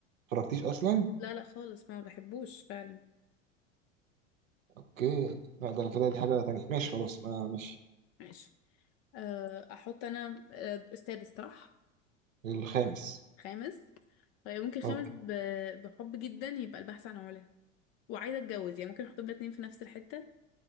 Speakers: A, on the right; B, on the left.
A: متفرجتيش أصلا
B: لا لا خالص ما بحبوش فعلا
A: أوكي لا ده كده دي حاجة تانية ماشي خلاص ما ماشي
B: ماشي أه، احط انا أه، السادس صح
A: الخامس
B: خامس طيب ممكن خامس
A: طب
B: ب- بحب جدا يبقى البحث عن علا وعايزه اتجوز يعني ممكن احط الاتنين في نفس الحته